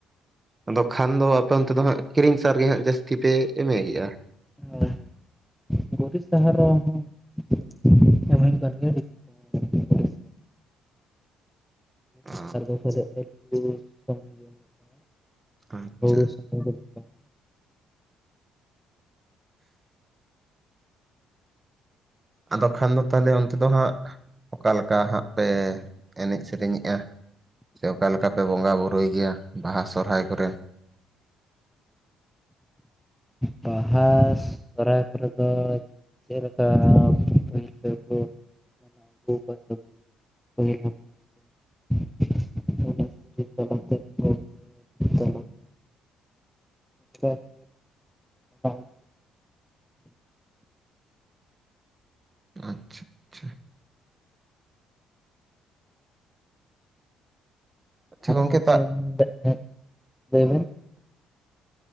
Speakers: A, on the right; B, in the centre.
A: ᱟᱫᱚ ᱠᱷᱟᱱ ᱫᱚ ᱟᱯᱮ ᱚᱱᱛᱮ ᱫᱚ ᱦᱟᱸᱜ ᱠᱤᱨᱤᱧ ᱥᱟᱨ ᱜᱮ ᱦᱟᱸᱜ ᱡᱟᱹᱥᱛᱤ ᱯᱮ ᱮᱢᱮ ᱜᱮᱼᱟ?
B: ᱦᱚᱭ ᱦᱚᱭ ᱜᱩᱨᱤᱜ ᱥᱟᱦᱟᱨ ᱦᱚᱸ <unintelligible> ᱜᱩᱨᱤᱡ
A: ᱚ
B: ᱱᱮᱛᱟᱨ ᱫᱚ ᱯᱟᱞᱮ ᱟᱹᱞᱩ ᱥᱚᱢᱚᱭ ᱜᱮ ᱦᱩᱭᱩᱜ ᱠᱟᱱᱟ
A: ᱟᱪᱪᱷᱟ
B: ᱦᱩᱲᱩ <unintelligible> ᱦᱩᱲᱩ ᱫᱚ ᱵᱟᱝ
A: ᱟᱫᱚ ᱠᱷᱟᱱ ᱫᱚ ᱛᱟᱦᱚᱞᱮ ᱚᱱᱛᱮ ᱫᱚ ᱦᱟᱸᱜ ᱚᱠᱟ ᱞᱮᱠᱟ ᱦᱟᱸᱜ ᱯᱮ ᱮᱱᱮᱡ ᱥᱮᱨᱮᱧᱮᱜᱼᱟ ᱥᱮ ᱚᱠᱟ ᱞᱮᱠᱟᱯᱮ ᱵᱚᱸᱜᱟ ᱵᱩᱨᱩᱭ ᱜᱮᱭᱟ ᱵᱟᱦᱟ ᱥᱚᱦᱚᱨᱟᱭ ᱠᱚᱨᱮ?
B: ᱵᱟᱦᱟ ᱥᱚᱦᱚᱨᱟᱭ ᱠᱚᱨᱮ ᱫᱚ ᱪᱮᱜ ᱞᱮᱠᱟ ᱯᱟᱹᱦᱤᱞ ᱠᱚᱨᱮ ᱠᱩ ᱢᱟᱱᱟᱣ ᱟᱹᱜᱩ <unintelligible> ᱯᱟᱹᱦᱤᱞ ᱦᱟᱯᱲᱟᱢ ᱠᱚ ᱚᱱᱟ <unintelligible> ᱛᱮᱠᱚ <unintelligible> <unintelligible> ᱦᱩᱭᱩᱜ <unintelligible>
A: ᱟᱪᱪᱷᱟ ᱟᱪᱪᱷᱟ᱾ ᱟᱪᱪᱷᱟ
B: ᱟᱫᱚ ᱜᱚᱝᱠᱮ
A: ᱛᱟ
B: ᱢᱮᱱᱮᱜ ᱛᱟᱦᱮᱸᱜ ᱞᱟᱹᱭ ᱵᱮᱱ?